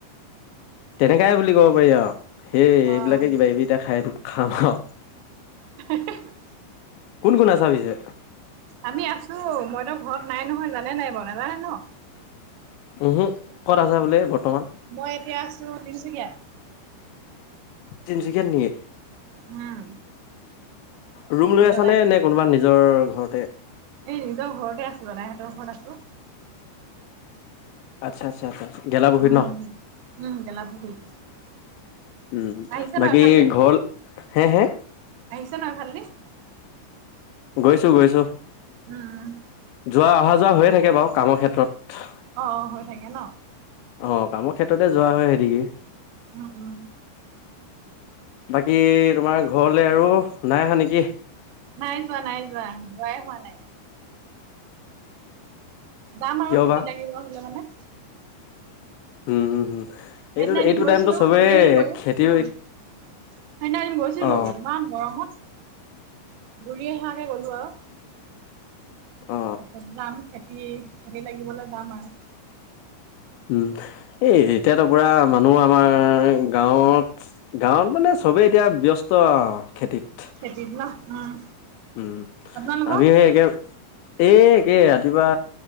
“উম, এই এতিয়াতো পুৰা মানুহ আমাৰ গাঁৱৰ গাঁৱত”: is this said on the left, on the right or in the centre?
Left